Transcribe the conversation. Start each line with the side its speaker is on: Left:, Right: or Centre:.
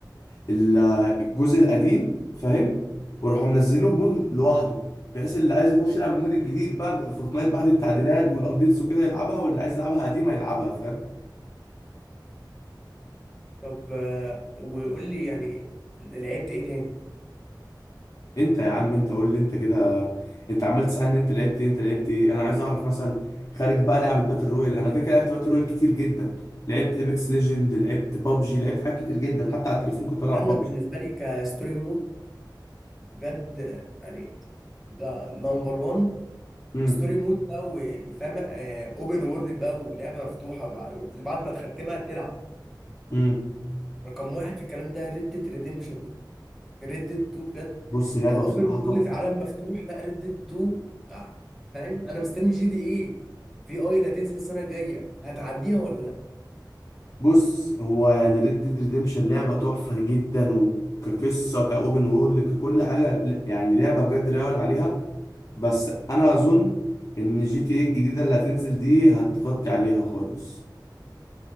Left: ال- الجزء القديم فاهم وراحوا منزلينه بمود لوحده بحيث اللي عايز يخش يلعب المود الجديد بقى فورتنايت بعد التعديلات والابديتس وكده يلعبها واللي عايز يلعبها قديمه يلعبها فاهم
Centre: طب آه، وقول لي يعني لعبت ايه تاني
Left: انت يا عم انت قول لي انت كده انت عمال تسالني انت لعبت ايه انت لعبت ايه انا عايز اعرف مثلا خارج بقى لعب الباتل رويال انا كده كده لعبت باتل رويال كتير جدا لعبت ايبكس ليجند لعبت بابجي لعبت حاجات كتير جدا حتى على التليفون كنت بلعب
Centre: انا
Left: بابجي
Centre: بالنسبه لي كستوري مود بجد يعني نمبر 1
Left: امم
Centre: ستوري مود بقى والفاهم اوبن وورلد بقى ولعبه مفتوحه وبع- وبعد بعد ما تختمها تلعب
Left: امم
Centre: رقم واحد في الكلام ده ريد ديد ريديمشن 2 ريد ديد 2 بجد
Left: بص لعبه
Centre: كاوبن
Left: بصراحه
Centre: وورلد
Left: تحفه
Centre: عالم مفتوح لا ريد ديد 2 آه، فاهم انا مستني جي دي ايه في اي اللي هتنزل السنه الجايه هتعديها ولا لا؟
Left: بص هو يعني ريد ديد ريديمشن لعبة تحفة جدا وكقصة كأوبن وورلد ككل حاجة ل- يعني لعبة بجد لا يعلى عليها بس أنا أظن إن جي تي إيه الجديدة اللي هتنزل دي هتغطي عليها خالص